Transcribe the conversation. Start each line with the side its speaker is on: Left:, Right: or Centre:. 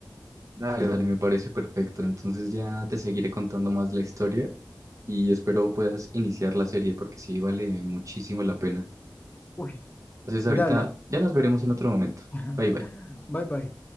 Right: Dale, dale, me parece perfecto. Entonces ya te seguiré contando más la historia y espero puedas iniciar la serie porque sí vale muchísimo la pena.
Left: uy,
Right: Entonces
Left: dale.
Right: ahorita ya nos veremos en otro momento.
Left: <laughs>
Right: Bye bye.
Left: Bye bye.